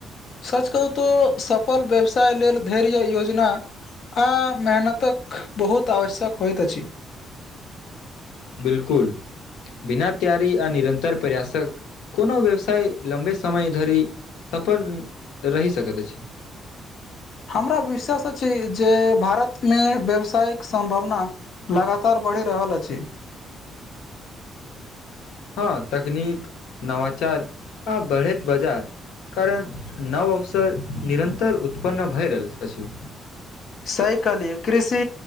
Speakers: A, on the left; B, on the left.
A: सच कहू तो सफल व्यवसाय लेल धैर्य योजना आ मेहनतक बहुत आवश्यक होइत अछि
B: बिलकुल बिना तैयारी आ निरन्तर प्रयासक कोनो व्यवसाय लम्बे समय धरि सफल रहि सकैत अछि
A: हमरा विश्वास छै जे भारतमे व्यवसायिक सम्भावना लगातार बढ़ि रहल अछि
B: हँ तकनीक नवाचार आ बढ़ैत बाजार कारण नव अवसर निरन्तर उत्पन्न भए रहल अछि
A: सही कहलिय कृषि